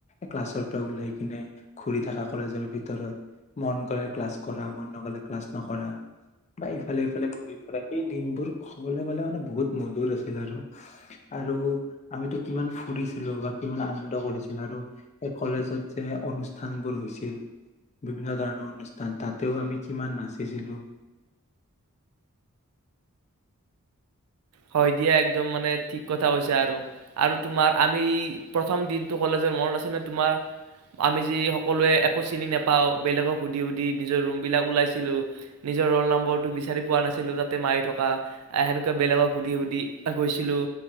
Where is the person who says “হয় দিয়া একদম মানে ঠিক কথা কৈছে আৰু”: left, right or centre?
Right